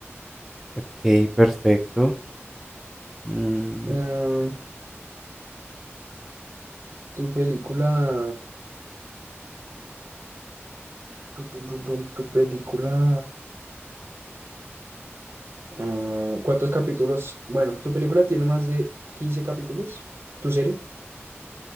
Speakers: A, in the centre; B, on the right.
A: Ok, perfecto. Mm,
B: Ah, tu película, tu, tu, tu, tu tu película. Mm, ¿cuántos capítulos? Bueno, ¿tu película tiene más de 15 capítulos? ¿Tu serie?